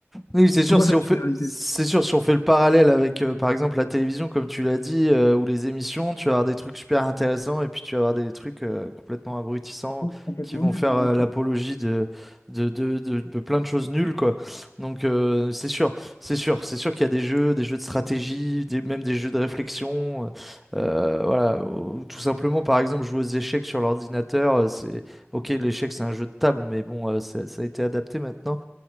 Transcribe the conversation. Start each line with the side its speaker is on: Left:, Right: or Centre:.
Centre: Oui, c'est sûr,
Left: Faut pas
Centre: si
Left: faire
Centre: on
Left: de
Centre: fait,
Left: généralité.
Centre: c'est sûr, si on fait le parallèle avec, euh, par exemple, la télévision, comme tu l'as dit, euh, ou les émissions, tu vas avoir des trucs super intéressants et puis tu vas avoir des trucs euh, complètement abrutissants
Left: Complètement
Centre: qui vont
Left: nul,
Centre: faire
Left: ouais,
Centre: euh,
Left: bien sûr.
Centre: l'apologie de, de, de, de- de plein de choses nulles, quoi. Donc, euh, c'est sûr, c'est sûr, c'est sûr qu'il y a des jeux, des jeux de stratégie, des, même des jeux de réflexion. euh, euh, voilà, ou tout simplement, par exemple, jouer aux échecs sur l'ordinateur, euh, c'est, ok, l'échec, c'est un jeu de table, mais bon, euh, ça ça a été adapté maintenant